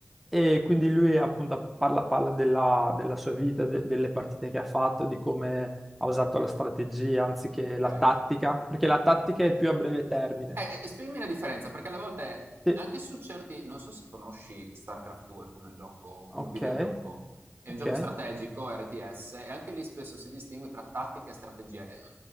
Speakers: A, in the centre; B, on the right (about 65°).
A: E quindi lui appunto parla, parla della, della sua vita, de- delle partite che ha fatto, di come ha usato la strategia anziché
B: Okay.
A: la tattica, perché la tattica è più a breve termine.
B: Eh, e spiegami la differenza, perché alle volte
A: Sì,
B: anche su certi non so se conosci StarCraft 2 come gioco
A: ok,
B: come videogioco. È
A: ok.
B: un gioco strategico, RTS, e anche lì spesso si distingue tra tattica e strategia. E o